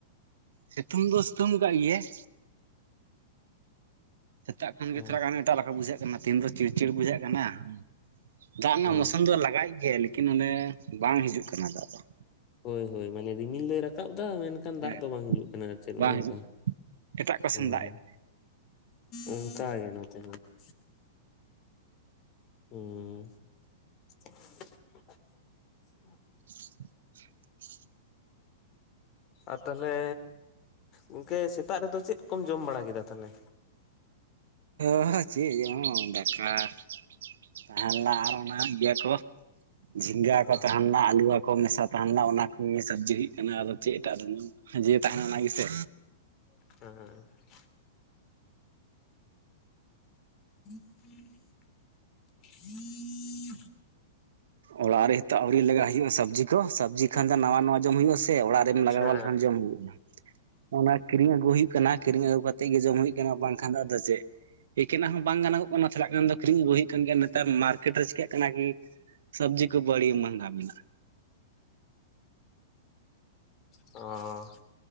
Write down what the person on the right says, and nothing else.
ᱥᱤᱛᱩᱝ ᱫᱚ ᱥᱤᱛᱩᱝ ᱟᱠᱟᱫ ᱜᱮᱭᱟᱭ ᱥᱮᱛᱟᱜ ᱠᱷᱚᱱ ᱜᱮ
ᱛᱷᱚᱲᱟ ᱜᱟᱱ ᱮᱴᱟᱜ ᱞᱮᱠᱟ ᱵᱩᱡᱷᱟᱹᱜ ᱠᱟᱱᱟ ᱛᱤᱦᱤᱱ ᱫᱚ ᱪᱤᱲᱪᱤᱲ ᱵᱩᱡᱷᱟᱹᱜ ᱠᱟᱱᱟ ᱾ ᱫᱟᱜ ᱨᱮᱱᱟᱜ
ᱢᱳᱥᱩᱢ ᱫᱚ ᱞᱟᱜᱟᱭ ᱜᱮ, ᱞᱮᱠᱤᱱ ᱚᱱᱮ ᱵᱟᱝ ᱦᱤᱡᱩᱜ ᱠᱟᱱᱟ ᱫᱟᱜ ᱫᱚ ᱾
ᱦᱮᱸ
ᱵᱟᱝ
ᱦᱤᱡᱩᱜ ᱠᱟᱱᱟ ᱮᱴᱟᱜ ᱠᱚᱥᱮᱱ
ᱫᱟᱜ ᱮᱫᱟ
<inaudible>
ᱚᱦᱚ ᱪᱮᱫ ᱮᱢ ᱡᱚᱢᱟ ᱫᱟᱠᱟ ᱛᱟᱦᱮ ᱞᱮᱱᱟ ᱟᱨ ᱚᱱᱟ ᱤᱭᱟᱹ ᱠᱚ ᱡᱷᱤᱸᱜᱟᱹ
ᱠᱚ ᱛᱟᱦᱮ ᱞᱮᱱᱟᱹᱴ ᱟᱞᱩ ᱠᱚᱢ ᱢᱮᱥᱟ ᱛᱟᱦᱮ ᱞᱮᱱᱟ ᱚᱱᱟ ᱠᱚᱜᱮ ᱥᱚᱵᱽᱡᱤ ᱦᱩᱭᱩᱜ ᱠᱟᱱᱟ᱾ ᱟᱫᱚ ᱪᱮᱫ ᱮᱴᱟᱜ ᱨᱮ ᱤᱭᱟᱹ ᱛᱟᱦᱮᱱᱟ ᱚᱱᱟ ᱜᱮ ᱥᱮ᱾
ᱚᱲᱟᱜ ᱨᱮ ᱱᱤᱛᱚ ᱟᱹᱣᱨᱤ ᱞᱟᱜᱟᱭ ᱦᱩᱭᱩᱜᱼᱟ ᱥᱚᱵᱽᱡᱤ ᱠᱚ ᱥᱚ ᱥᱚᱵᱽᱡᱤ ᱠᱷᱟᱱ ᱫᱚ ᱱᱟᱣᱟ ᱱᱟᱣᱟ ᱡᱚᱢ ᱦᱩᱭᱩᱜᱼᱟ ᱥᱮ ᱾ ᱚᱲᱟᱜ ᱨᱮᱢ ᱞᱟᱜᱟᱣᱟ
ᱞᱮᱠᱷᱟᱱ ᱡᱚᱢ ᱦᱩᱭᱩᱜᱼᱟ ᱾ ᱚᱱᱟ ᱠᱤᱨᱤᱧ ᱟᱹᱜᱩ ᱦᱩᱭᱩᱜ ᱠᱟᱱᱟ ᱠᱤᱨᱤᱧ ᱟᱹᱜᱩ ᱠᱟᱛᱮᱜ ᱜᱮ ᱡᱚᱢ ᱦᱩᱭᱩᱜ ᱠᱟᱱᱟ᱾ ᱵᱟᱝ ᱠᱷᱟᱱ ᱫᱚ ᱟᱫᱚ ᱪᱮᱫ ᱮᱠᱮᱱᱟᱜ ᱦᱚᱸ ᱵᱟᱝ ᱜᱟᱱᱚᱜ ᱠᱟᱱᱟ, ᱪᱟᱞᱟᱜ ᱠᱷᱟᱱ ᱫᱚ ᱠᱤᱨᱤᱧ ᱟᱹᱜᱩ ᱦᱩᱭᱩᱜ ᱠᱟᱱ ᱜᱮᱭᱟ᱾ ᱱᱮᱛᱟᱨ ᱢᱟᱨᱠᱮᱴ ᱨᱮ ᱪᱤᱠᱟᱹᱜ ᱠᱟᱱᱟ ᱠᱤ ᱥᱚᱵᱽᱡᱤ ᱠᱚ ᱵᱟᱹᱲᱤ ᱢᱚᱦᱜᱟ ᱢᱤᱱᱟᱜ ᱾